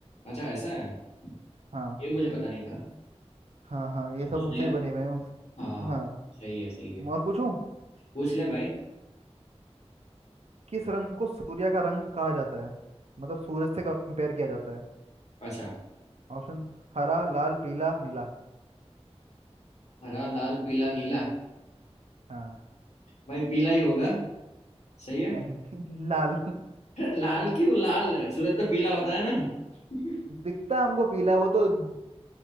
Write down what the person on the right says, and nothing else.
हाँ
हाँ हाँ ये
सब
उनसे
ही बने हुए हैं उस
हाँ
और पूछूं
किस रंग को सूर्य का रंग कहा जाता है मतलब सूरज से कंपेयर किया जाता है
ऑप्शन हरा लाल पीला नीला
हाँ
नहीं <laughs> लाल
दिखता हमको पीला है, वो तो क्या